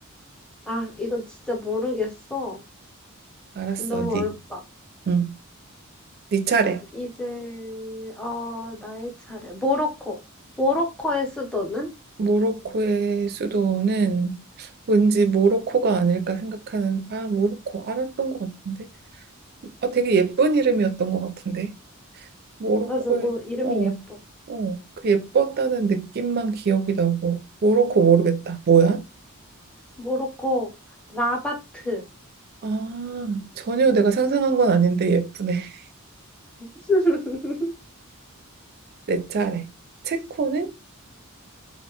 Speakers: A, in the centre; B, on the right.
A: 아, 이거 진짜 모르겠어.
B: 알았어.
A: 너무
B: 니,
A: 어렵다.
B: 음, 니 차례.
A: 이제 어 나의 차례. 모로코. 모로코의 수도는?
B: 모로코의 수도는 왠지 모로코가 아닐까 생각하는, 아, 모로코. 알았던 것 같은데. 아, 되게 예쁜 이름이었던 것 같은데. 모로코의,
A: 맞아, 뭐 이름이
B: 어,
A: 예뻐.
B: 어, 그 예뻤다는 느낌만 기억이 나고. 모로코 모르겠다. 뭐야?
A: 모로코 라바트.
B: 아, 전혀 내가 상상한 건 아닌데 예쁘네. <laughs>
A: <laughs>
B: 내 차례. 체코는?